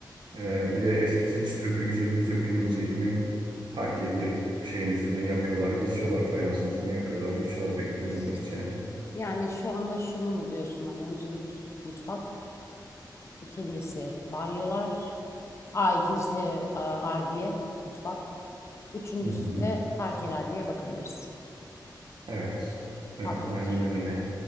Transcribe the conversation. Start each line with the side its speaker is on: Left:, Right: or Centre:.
Right: Ee, bir de eskisi sökülecek mi sökülmeyecek mi? Parkeyi direkt şeyin üstüne yapıyorlar, geçiyorlar. Fayansın üstüne yapıyorlar, geçiyorlar. Beklemiyorlar
Left: <laughs>
Right: hiç yani.
Left: Yani şu anda şunu mu diyorsun bana? Öncelik mutfak, ikincisi banyolar, aa ikincisi a, ardiye mutfak, üçüncüsü
Right: Hı hı.
Left: de parkeler diye bakabiliriz.
Right: Evet. Evet,
Left: Tamamdır.
Right: aynen öyle.